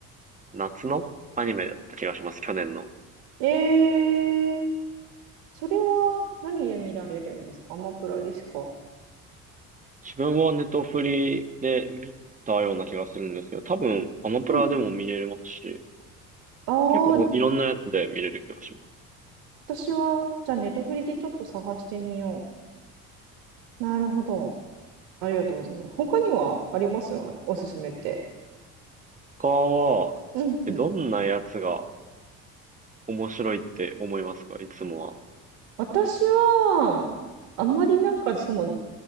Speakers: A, on the right; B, on the right.
A: 夏のアニメだった気がします、去年の。
B: えー、それは何で見られるんですかアマプラですか
A: 自分はネトフリで見たような気がするんですけど、多分アマプラでも見れますし、
B: うんああ
A: 結構ほいろんなやつで見れる気がします。
B: 私は、じゃあネタフリでちょっと探してみよう。なるほど。ありがとうございます。他にはありますよおすすめって。
A: 他は、
B: うんうん
A: えどんなやつが面白いって思いますか、いつも
B: 私は、あんまりなんかその、